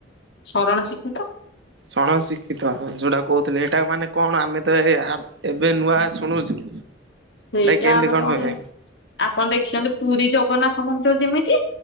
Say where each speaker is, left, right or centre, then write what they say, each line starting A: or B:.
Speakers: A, on the left; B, on the right.
A: ଶରଣ ଶିକ୍ଷକ
B: ଶଣ ଶିକ୍ଷିତ ଯୋଉଟା କହୁଥିଲେ ଏଇଟା ମାନେ କଣ ଆମେ ତ ଏ ଏବେ ନୂଆ ଶୁଣୁଛୁ।
A: ସେଇଟା
B: କେମିତି
A: ମାନେ
B: କଣ
A: ଗୋଟେ
B: ହୁଏ
A: ଆପଣ ଦେଖିଛନ୍ତି ପୁରୀ ଜଗନ୍ନାଥ ମନ୍ଦିର ଯେମିତି